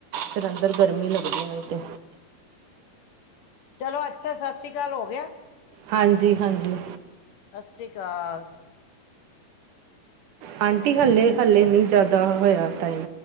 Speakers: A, on the right; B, on the left.
A: ਫਿਰ ਅੰਦਰ
B: ਹਾਂਜੀ
A: ਗਰਮੀ ਲੱਗਦੀ ਨੇ ਤੇ
B: ਚਲੋ ਅੱਛਾ ਸਤਿ ਸ੍ਰੀ ਅਕਾਲ ਹੋ ਗਿਆ
A: ਹਾਂਜੀ ਹਾਂਜੀ
B: ਸਤਿ ਸ੍ਰੀ ਅਕਾਲ
A: ਆਂਟੀ ਹਾਲੇ ਹਾਲੇ ਨਹੀਂ ਜ਼ਿਆਦਾ ਹੋਇਆ ਟਾਈਮ